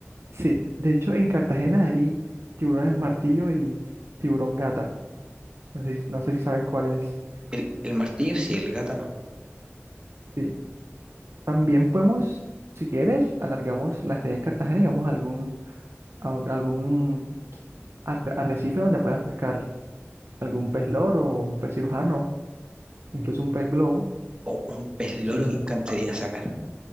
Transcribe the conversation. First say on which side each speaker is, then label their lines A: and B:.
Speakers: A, on the right; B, on the right.
A: Sí, de hecho en Cartagena hay tiburones martillo y tiburón gata. No sé, si- no sé si sabes cuál es.
B: El, el martillo sí, el gata no.
A: Sí. También podemos, si quieres, alargamos la estadía en Cartagena y vamos a algún, a- algún arre- arrecife donde puedas pescar algún pez loro o un pez cirujano, incluso un pez globo.
B: O un pez
A: Sí,
B: loro
A: sí,
B: me
A: lo
B: encantaría
A: encontramos.
B: sacar.